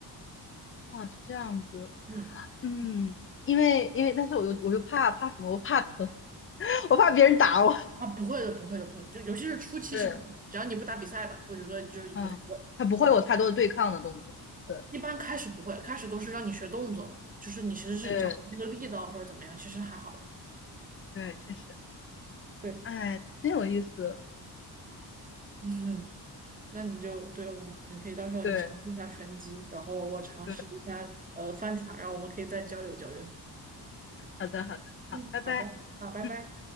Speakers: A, on the left; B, on the right.
A: 啊是这样子，
B: 嗯。
A: 嗯，因为因为，但是我又我又怕怕什么？我怕疼。我怕别人打我。<laughs>
B: 啊，不会的，不会的，不会的就尤其是初期是不，
A: 对，
B: 只要你不打比赛吧，我觉得就是不太会。
A: 嗯，他不会有太多的对抗的动作。对，
B: 一般开始不会，开始都是让你学动作嘛，就是你其实是掌握那个力道或者怎么样，
A: 对
B: 其实还好啦。
A: 对，确实，
B: 对，
A: 哎，真有意思。
B: 嗯，那你就对我，你可以到时候你尝试一下拳击，
A: 对，
B: 然后我尝试一下呃翻船，
A: 对，
B: 然后我们可以再交流交流。
A: 好的，好的，好，
B: 嗯，
A: 拜拜。
B: 好的，好，拜拜。
A: 嗯。